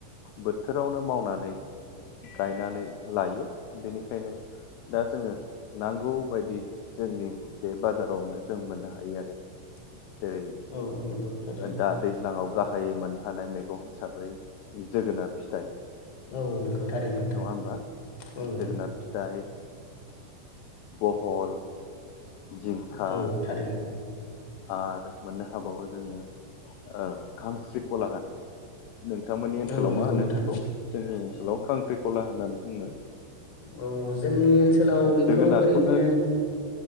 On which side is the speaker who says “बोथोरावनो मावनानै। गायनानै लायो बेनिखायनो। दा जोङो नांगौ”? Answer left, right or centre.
Left